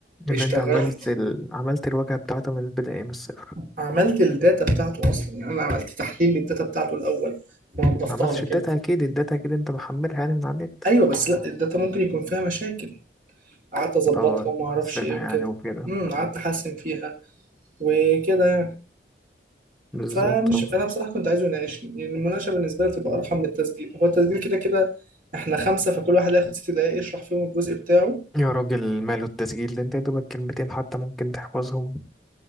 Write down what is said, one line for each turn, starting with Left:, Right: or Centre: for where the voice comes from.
Centre: اللي
Right: اشتغلت
Centre: انت عملت ال... عملت الواجهة بتاعته من البداية من الصفر
Right: عملت الداتا بتاعته أصلا يعني أنا عملت تحليل للداتا بتاعته الأول ونضفتها
Centre: ما عملتش
Right: لك
Centre: الداتا
Right: كده
Centre: اكيد الداتا اكيد انت محملها يعني من على النت
Right: أيوه بس لا الداتا ممكن يكون فيها مشاكل قعدت أظبطها
Centre: اه
Right: وما
Centre: حسنها
Right: أعرفش إيه وكده
Centre: يعني وكده
Right: امم قعدت
Centre: اه
Right: أحسن فيها وكده يعني
Centre: بالظبط
Right: فمش
Centre: اه.
Right: انا بصراحه كنت عايزه يناقشني يعني المناقشه بالنسبه لي تبقى ارحم من التسجيل هو التسجيل كده كده احنا خمسه فكل واحد هياخد ست دقائق يشرح فيهم الجزء بتاعه
Centre: يا راجل ماله التسجيل ده انت يا دوبك كلمتين حتى ممكن تحفظهم